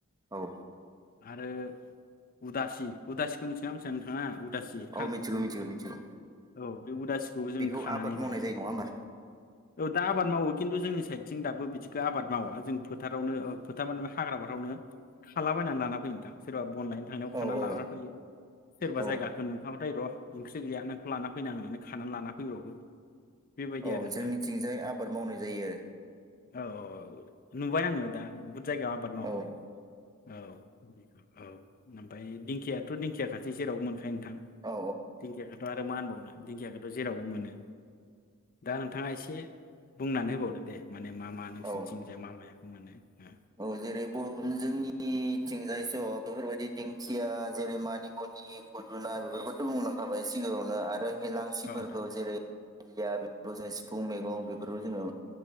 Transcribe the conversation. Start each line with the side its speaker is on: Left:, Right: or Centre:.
Right: औ।
Left: आरो उदासि उदासिखौ मिथिगोनना मिथिया? नोंथाङा? उदासि एरखां
Right: औ मिथिगौ मिथिगौ मिथिगौ
Left: औ बे उदासिखौबो जों
Right: बेखौ
Left: खानानै
Right: आबाद मावनाय
Left: जायो
Right: नङा होमबा
Left: औ दा आबाद मावो। खिन्थु जोंनि साइडथिं दाबो बिदिखौ आबाद मावा जों फोथारावनो फोथार माने हाग्रा फ्रावनो खालाबायनानै लाना फैयो नोंथां सोरबा बन लायनो थांनायाव
Right: औ
Left: खानानै
Right: औ
Left: लानानानै फैयो। सोरबा
Right: औ
Left: जायगाखौ नुखा होइ र' ओंख्रि गैया नोंखौ लाना फैनां होननानै खानानै लाना फैब्रबो। बेबायदि
Right: औ
Left: आरो नोंथां
Right: जोंनिथिंजाय आबाद मावनाय जायो।
Left: औ औ <unintelligible> जायगायाव आबाद
Right: आरो
Left: मावो औ। औ ओमफ्राय दिंखियाथ' दिं थिया खासै जेरावबो मोनखा नोंथां
Right: औ
Left: दिंखियाखौथ' आरो मा होनबावनो दिंखियाखो जेरावबो मोनो दा नोंथाङा एसे बुंनानै होबावदो दे। माने मा मा नोंसिनिथिंजाय
Right: औ औ
Left: मा माया? मोनो ओ
Right: औ जेरै <unintelligible> जोंनिथिं जायस' बेफोरबायदि दिंखिया जेरै मानिमुनि फुदुना बेफोरखौथ' बुंलांखाबाय सिगाङावनो आरो हेेलांसिफोरखौ
Left: औ नोंथां
Right: जेरै <unintelligible> सिफुं मैगं बेफोरखौ जोङो।